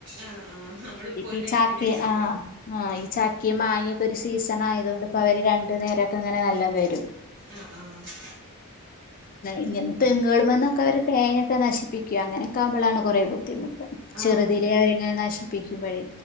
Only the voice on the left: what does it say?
ഇപ്പൊ
ഈ
ചക്ക
ആഹ്
ആഹ് ഈ ചക്കിം മാങ്ങിം ഒരു സീസൺ ആയതൊണ്ട് ഇപ്പോ അവര് രണ്ടു നേരൊക്കെ ഇങ്ങനെ നല്ല വരും
ഇങ്ങനെ തെങ്ങുകള വന്നൊക്കെ അവര് തേങ്ങൊക്കെ നശിപ്പികും അങ്ങനെ നമ്മളാണെ കുറെ ബുദ്ധിമുട്ട് ചെറുതിലെ
അവരിങ്ങനെ നശിപ്പിക്കുമ്പോഴേ